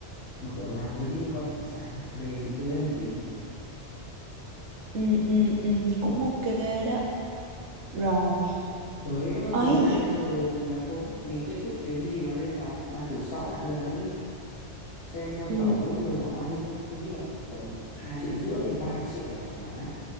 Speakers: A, on the left; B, on the right.
A: mà kiểu làm từ những cái con hải sản ấy. về thì tôi thấy hợp lý
B: ừ, ừ, ừ, cũng ok đó rồi
A: tới ờ, mười
B: ơi
A: hai
B: gì
A: giờ thì là thôi mình kết thúc chuyến đi mà lên tàu bà thử soát lại một lần nữa đi xem ờ,
B: ừ.
A: tổng mỗi người khoảng bao nhiêu tôi nghĩ là khoảng tầm hai triệu rưỡi đến ba triệu là thoải mái